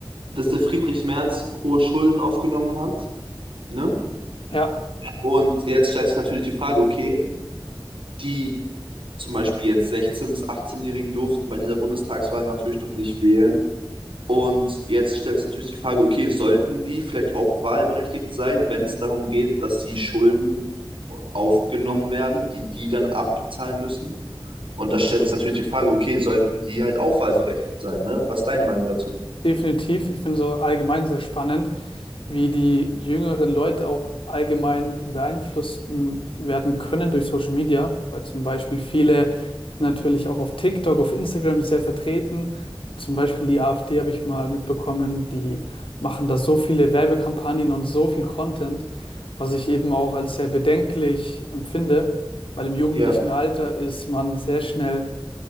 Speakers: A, on the right; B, on the left.
A: dass der Friedrich Merz hohe Schulden aufgenommen hat, ne?
B: Ja,
A: Und jetzt stellt sich natürlich die Frage, okay, die zum Beispiel jetzt 16- bis 18-Jährigen durften bei dieser Bundestagswahl natürlich noch nicht wählen. Und jetzt stellt sich natürlich die Frage, okay, sollten die vielleicht auch wahlberechtigt sein, wenn es darum geht, dass sie Schulden aufgenommen werden, die die dann abbezahlen müssen? Und da stellt sich natürlich die Frage, okay, sollten die halt auch wahlberechtigt sein, ne? Was ist deine Meinung dazu?
B: definitiv. Ich finde es so allgemein sehr spannend. wie die jüngeren Leute auch allgemein beeinflusst werden können durch Social Media, weil zum Beispiel viele sind natürlich auch auf TikTok, auf Instagram sehr vertreten, wie zum Beispiel die AfD habe ich mal mitbekommen, die machen da so viele Werbekampagnen und so viel Content, was ich eben auch als sehr bedenklich empfinde, weil im jugendlichen
A: Ja, yeah.
B: Alter ist man sehr schnell,